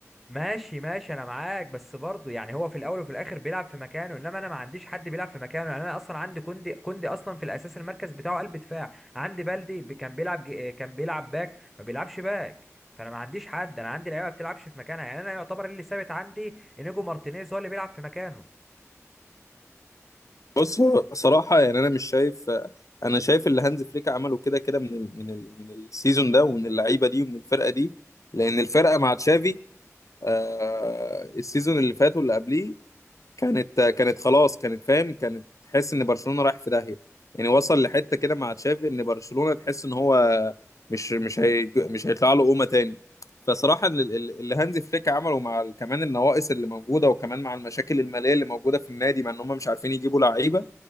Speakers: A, in the centre; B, on the left.
A: ماشي ماشي انا معاك بس برضه يعني هو في الاول وفي الاخر بيلعب في مكانه انما انا ما عنديش حد بيلعب في مكانه يعني انا اصلا عندي كوندي كوندي اصلا في الاساس المركز بتاعه قلب دفاع عندي بلدي ب- كان بيلعب ج- كان بيلعب باك ما بيلعبش باك فانا ما عنديش حد انا عندي لعيبه ما بتلعبش في مكانها يعني انا يعتبر اللي ثابت عندي انيجو مارتينيز هو اللي بيلعب في مكانه
B: بص هو صراحة يعني أنا مش شايف أنا شايف اللي هانز فليك عمله كده كده من ال من ال من السيزون ده ومن اللعيبة دي ومن الفرقة دي لأن الفرقة مع تشافي آه السيزون اللي فات واللي قبليه كانت كانت خلاص كانت فاهم كانت تحس إن برشلونة رايح في داهية يعني وصل لحتة كده مع تشافي إن برشلونة تحس إن هو مش مش هي مش هيطلع له قومة تاني فصراحة ال- ال- اللي هانز فليك عمله مع ال- كمان النواقص اللي موجودة وكمان مع المشاكل المالية اللي موجودة في النادي مع إن هم مش عارفين يجيبوا لعيبة